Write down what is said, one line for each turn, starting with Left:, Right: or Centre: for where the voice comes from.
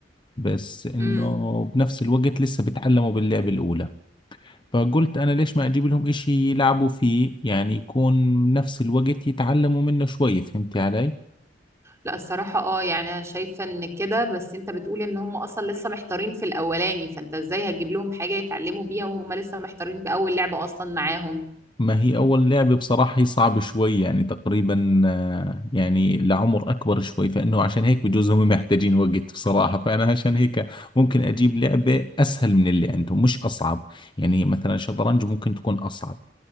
Left: بس إنه
Right: امم
Left: بنفس الوقت لسه بتعلموا باللعبة الأولى فقلت أنا ليش ما أجيب لهم إشي يلعبوا فيه يعني يكون بنفس الوقت يتعلموا منه شوي فهمت علي؟
Right: لا الصراحة اه يعني انا شايفة ان كده بس انت بتقول ان هم اصلا لسه محتارين في الاولاني فانت ازاي هتجيب لهم حاجة يتعلموا بيها وهم لسه محتارين في اول لعبة اصلا معاهم
Left: ما هي أول لعبة بصراحة هي صعبة شوي يعني تقريبا آه، يعني لعمر أكبر شوي فإنه عشان هيك بجوز هم محتاجين وقت بصراحة فأنا عشان هيك ممكن أجيب لعبة أسهل من اللي عندهم مش أصعب يعني مثلا شطرنج ممكن تكون أصعب